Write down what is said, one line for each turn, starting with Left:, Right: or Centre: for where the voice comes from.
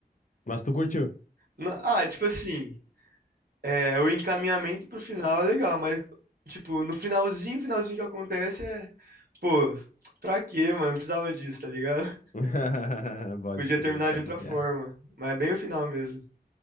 Left: Mas tu curtiu.
Right: Não- Ah, tipo assim. É, o encaminhamento pro final é legal, mas, tipo, no finalzinho, finalzinho que acontece é, pô, pra quê, mano? Não precisava disso, tá ligado? <laughs>
Left: <laughs> Pode
Right: Podia
Left: crer,
Right: terminar
Left: pode
Right: de outra
Left: crer.
Right: forma,
Left: É.
Right: mas é bem o final mesmo.